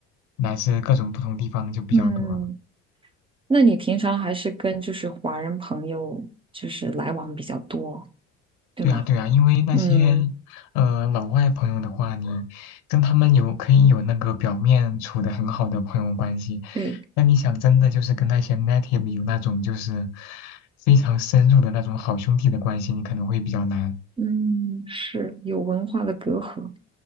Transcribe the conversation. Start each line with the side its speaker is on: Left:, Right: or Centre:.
Left: 来自各种不同地方就比较多，
Right: 嗯。那你平常还是跟就是华人朋友就是来往比较多，对吗？
Left: 对啊，对啊，因为那些呃老外朋友的话，
Right: 嗯，
Left: 你跟他们有可以有那个表面处的很好的朋友关系，
Right: 对，
Left: 那你想真的就是跟那些 native 有那种就是非常深入的那种好兄弟的关系，你可能会比较难。
Right: 嗯，是有文化的隔阂。